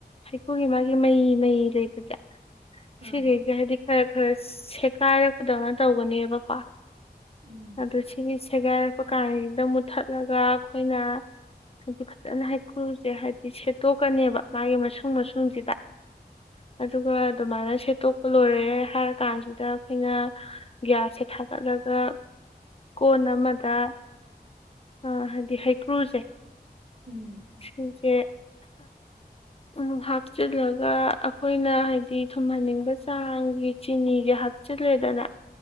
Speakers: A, on the left; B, on the right.
A: ꯍꯩꯀꯨꯒꯤ ꯃꯥꯒꯤ ꯃꯩ ꯃꯩ ꯂꯩꯕꯁꯦ
B: ꯑꯥ
A: ꯁꯤꯔꯤ ꯌꯥꯗꯤ ꯈꯔ ꯈꯔ ꯁꯠ ꯀꯥꯏꯔꯛꯄꯗꯧꯅ ꯇꯧꯒꯅꯦꯕꯀꯣ
B: ꯎꯝ
A: ꯑꯗꯨ ꯁꯤꯒꯤꯁꯦ ꯔꯛꯄ ꯀꯥꯟꯁꯤꯗ ꯃꯨꯠꯊꯠꯂꯒ ꯑꯩꯈꯣꯏꯅ ꯍꯥꯏꯗꯤ ꯐꯖꯅ ꯍꯩꯀ꯭ꯔꯨꯁꯦ ꯍꯥꯏꯕꯗꯤ ꯁꯦꯠꯇꯣꯛꯀꯅꯦꯕ ꯃꯥꯒꯤ ꯃꯁꯨꯡ ꯃꯁꯨꯡꯁꯤꯗ ꯑꯗꯨꯒ ꯑꯗꯨꯃꯥꯏꯅ ꯁꯦꯠꯇꯣꯛꯄ ꯂꯣꯏꯔꯦ ꯍꯥꯏꯔꯀꯥꯟꯁꯤꯗ ꯑꯩꯈꯣꯏꯅ ꯒ꯭ꯌꯥꯁꯁꯦ ꯊꯥꯒꯠꯂꯒ ꯀꯣꯟ ꯊꯃꯗ ꯑꯥ ꯍꯥꯏꯗꯤ ꯍꯩꯀ꯭ꯔꯨꯁꯦ
B: ꯎꯝ
A: ꯁꯤꯁꯦ ꯎ ꯍꯥꯞꯆꯤꯜꯂꯒ ꯑꯩꯈꯣꯏꯅ ꯍꯥꯏꯗꯤ ꯊꯨꯝꯍꯟꯅꯤꯡꯕ ꯆꯥꯡꯒꯤ ꯆꯤꯅꯤꯒꯤ ꯍꯥꯞꯆꯤꯜꯂꯦꯗꯅ